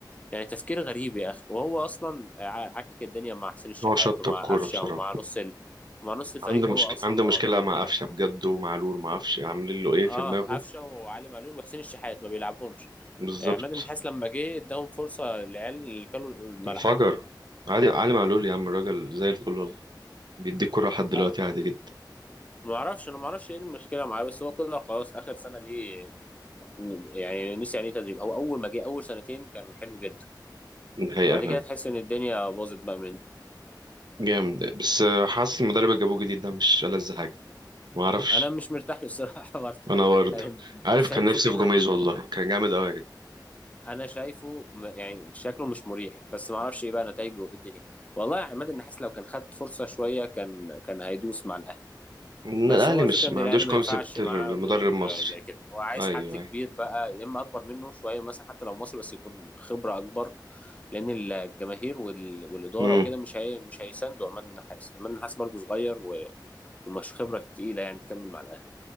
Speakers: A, on the left (about 20°); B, on the right (about 65°).
A: يعني تفكير غريب يا اخي وهو اصلا ع- عكك الدنيا مع حسين الشحات
B: هو شطب
A: ومع
B: كوره
A: قفشه
B: بصراحه
A: ومع نص ال... ومع نص الفريق
B: عنده مشك...
A: هو اصلا
B: عنده
A: معاه
B: مشكله مع قفشه بجد ومعلول ما اعرفش عاملين له ايه
A: اه
B: في دماغه
A: قفشه وعلي معلول وحسين الشحات ما بيلعبهمش
B: بالظبط
A: آه، عماد النحاس لما جه اداهم فرصه العيال اللي كانوا الملعب
B: انفجر عادي علي معلول يا عم الراجل زي الفل والله بيديك كوره لحد دلوقتي
A: آه
B: عادي جدا
A: ما اعرفش انا ما اعرفش ايه المشكله معاه بس هو كله خلاص اخر سنه دي ن- يعني نسي يعني ايه تدريب هو اول ما جه اول سنتين كان حلو جدا
B: دي حقيقه
A: وبعد
B: فعلا
A: كده تحس ان الدنيا باظت بقى منه
B: جامد بس آه، حاسس المدرب اللي جابوه جديد ده مش ألذ حاجه ما اعرفش
A: انا مش مرتاح له الصراحه <laughs> برضه
B: انا برضه
A: يعني
B: عارف
A: شايفه
B: كان نفسي
A: كده
B: في جوميز والله كان جامد قوي يا جدع
A: انا شايفه م- يعني شكله مش مريح بس ما اعرفش ايه بقى نتائجه وايه الدنيا والله يا عماد النحاس لو كان خد فرصه شويه كان كان هيدوس مع الاهلي
B: إن
A: بس
B: الاهلي
A: هو الفكره
B: مش
A: ان
B: ما
A: الاهلي
B: عندوش كونسبت
A: ما ينفعش معاه
B: المدرب
A: مدير
B: مصري
A: زي كده هو عايز
B: ايوه
A: حد كبير
B: ايوه
A: بقى يا اما اكبر منه شويه مثلا حتى لو مصري بس يكون خبره اكبر لان الجماهير وال... والاداره
B: مم.
A: وكده مش هي... مش هيساندوا عماد النحاس عماد النحاس برضه صغير و... ومش خبره تقيله يعني تكمل مع الاهلي